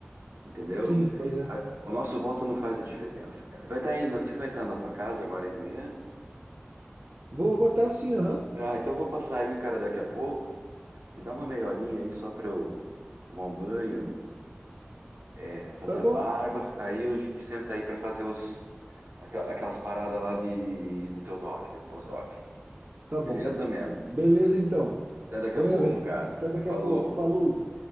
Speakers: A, on the right; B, on the right.
A: entendeu?
B: Sim, pois é.
A: A- O nosso voto não faz a diferença, cara. Vai estar aí, na- você vai estar na tua casa agora aí de manhã?
B: Vou votar sim, aham.
A: Ah, então eu vou passar aí, cara, daqui a pouco. Me dá uma meia horinha aí só para eu tomar um banho, é, fazer
B: Tá bom?
A: a barba. Aí a gente senta aí para fazer os, aqua- aquelas paradas lá de, do teu doc, do pós-doc.
B: Tá
A: Beleza,
B: bom.
A: man?
B: Beleza, então.
A: Até daqui
B: Venha,
A: a pouco,
B: venha.
A: cara.
B: Até daqui
A: Falou.
B: a pouco. Falou.